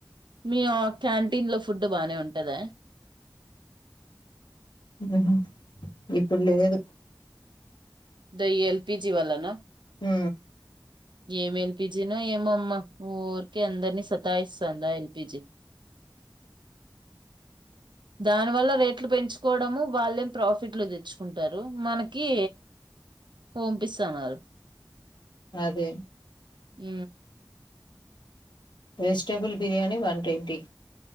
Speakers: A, on the right; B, on the left.
A: మీ ఆ క్యాంటీన్ లో ఫుడ్డ్ బానే ఉంటదా
B: ఉమ్ ఇప్పుడు లేదు.
A: The LPG వల్లనా.
B: మ్
A: ఏం ఎల్పిజినో ఏమోమ్మ ఊరికే అందరినీ సతాయిస్తందా ఎల్పిజీ దాని వల్ల రేట్లు పెంచుకోవడము వాళ్ళే ప్రాఫిట్లు తెచ్చుకుంటారు మనకీ పొంపిస్తన్నారు
B: అదే
A: మ్
B: వెజిటేబుల్ బిర్యానీ వన్ ట్వంటీ